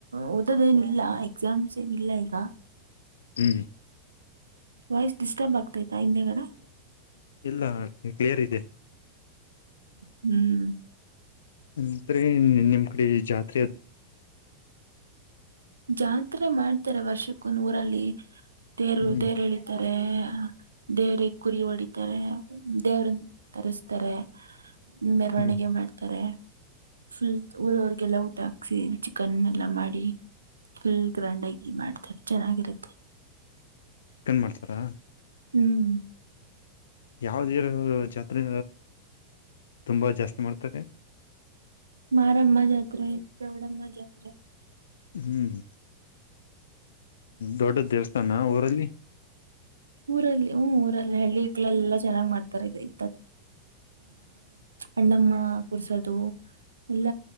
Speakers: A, on the right; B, on the left.
A: ಓದೋದ ಏನಿಲ್ಲ ಎಕ್ಸಾಮ್ಸ್ ಏನಿಲ್ಲ ಈಗ.
B: ಹ್
A: ವಾಯ್ಸ್ ಡಿಸ್ಟರ್ಬ್ ಆಗ್ತೈತಾ ಹಿಂದೆಗಡೆ.
B: ಇಲ್ಲ ಕ್ಲಿಯರ್ ಇದೆ
A: ಹ್ಮ್
B: ಅಂದ್ರೆ ನಿಮ್ ಕಡೆ ಜಾತ್.
A: ಜಾತ್ರೆ ಮಾಡ್ತಾರೆ ವರ್ಷಕ್ಕೂ ನೂರಲ್ಲಿ. ತೇರು
B: ಹ್ಮ್
A: ತೇರುಳಿತಾರೆ ದೇರೆ ಕುರಿ ಹೊಡಿ. ದೇವ್ರನ್ ತರಿಸತಾರೆ ಮೆರವಣಿಗೆ
B: ಹ್ಮ್
A: ಮಾಡ್ತಾರೆ. ಫುಲ್ ಊರವರ್ಗೆಲ್ಲ ಊಟ ಹಾಕ್ಸಿ ಚಿಕನ್ ಎಲ್ಲ ಮಾಡಿ. ಫುಲ್ ಗ್ರಾಂಡಗಿ ಮಾಡ್ತಾರೆ ಚೆನ್ನಾಗಿರುತ್ತೆ.
B: ಚಿಕನ್ ಮಾಡ್ತಾರಾ.
A: ಹ್ಮ್
B: ಯಾವ್ದೇರ ಜಾತ್ರೆ ತುಂಬಾ ಜಾಸ್ತಿ ಮಾಡ್ತಾರೆ.
A: ಮಾರಮ್ಮ ಜಾತ್ರೆ ಚವಡ ಮಜಾತ್ ರ.
B: ಹ್ಮ್ ದೊಡ್ಡ ದೇವಸ್ಥಾನ ಊರಲ್ಲಿ
A: ಊರಲ್ಲಿ ಹ್ಮ ಊರ. ಹಳ್ಳಿಳೆಲ್ಲ ಚೆನ್ನಾಗ್ ಮಾಡ್ತಾರೆ ಇ ಅಣ್ಣಮ್ಮ ಕುರ್ಸದ.
B: <inaudible>
A: ಎಲ್ಲ